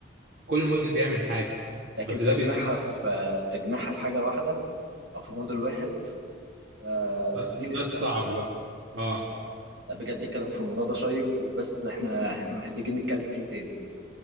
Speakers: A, on the right (about 85°); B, on the right (about 70°).
A: كل موديل بيعمل حاجه
B: لكن
A: بس ده
B: تجميعها
A: بيستهلك
B: في تجميعها في حاجه واحده او في موديل واحد آه،
A: بس
B: دي لسه
A: ده الصعب بقى اه
B: لا بجد الكلام في الموضوع ده شيق وبس احنا احنا محتاجين نتكلم فيه تاني